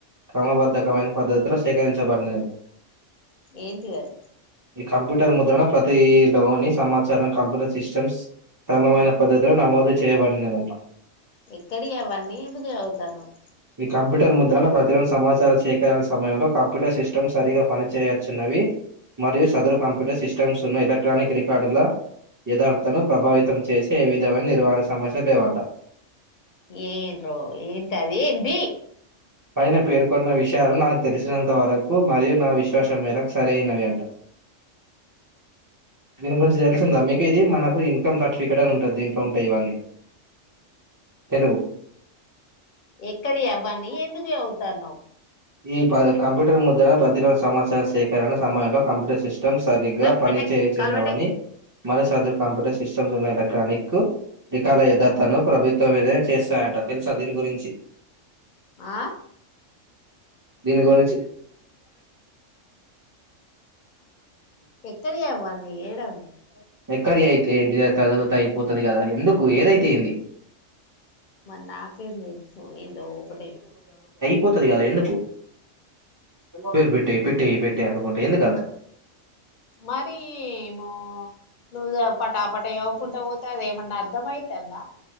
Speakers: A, on the right; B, on the left.
A: క్రమబద్ధకమైన పద్ధతిలో సేకరించబడినది.
B: ఏంటి అది
A: ఈ కంప్యూటర్ ముద్రణ ప్రతి లోని సమాచారం కంప్యూటర్ సిస్టమ్స్ క్రమామైన పద్ధతిలో నమోదు చేయబడినదంట.
B: ఎక్కడియవన్నీ ఎందుకు చదువుతన్నవ్
A: ఈ కంప్యూటర్ ముద్రణ ప్రతిరోజు సమాచార చేకరన సమయంలో కంప్యూటర్ సిస్టమ్ సరిగా పనిచేయుచున్నవి. మరియు సదరు కంప్యూటర్ సిస్టమ్స్ ఉన్న ఎలక్ట్రానిక్ రికార్డుల యథార్థను ప్రభావితం చేసే ఏ విధమైన నిర్వహణ సమస్య లేవంట.
B: ఏన్ రో ఏందది ఏంది.
A: పైన పేర్కొన్న విషయాలు నాకు తెలిసినంత వరకు మరియు నా విశ్వాసం మేరకు సరి అయినవి అంట. దీని గురించి తెలుసిందా మీకు ఇది మనకు ఇన్కమ్ సర్టిఫికేట్ అని ఉంటది దీంట్లో ఉంటాయి. ఇవన్నీ తెలుగు
B: ఎక్కడియి అవ్వన్నీ ఎందుకు చదువుత్తన్నావ్
A: ఈ కంప్యూటర్ ముద్రణ ప్రతిరోజు సమాచారం సేకరణ సమయంలో కంప్యూటర్ సిస్ట స్టం సరిగా
B: ఆ
A: పనిచేయుచున్నావని
B: పెట్టేయ్ కాలు పెట్టేయ్
A: మనస్పూ సదరు కంప్యూటర్ సిస్టమ్స్ ఉన్న ఎలక్ట్రానిక్ రికార్డు ల యాధత్తను ప్రభుత్వం మీదే చేస్తాయంట తెలుసా దీని గురించి
B: ఆ
A: దీని గురించి
B: ఎక్కడియి అవన్నీ ఏడవున్నాయి
A: ఎక్కడియి అయితే ఏంటిదది. చదువుతె అయిపోతది కదా ఎందుకు ఏదైతేంది.
B: మరి నాకేం తెలుసు ఏందో ఒకటైతే
A: పోతది కదా ఎందుకు పేర్ పెట్టెయీ పెట్టే పేట్ టే అనుకుంటె ఎందుకంత
B: మరి ఏమో నువ్వు పటా పట చదువుకుంటే పోతే అది ఏమన్నా అర్ధం అయితందా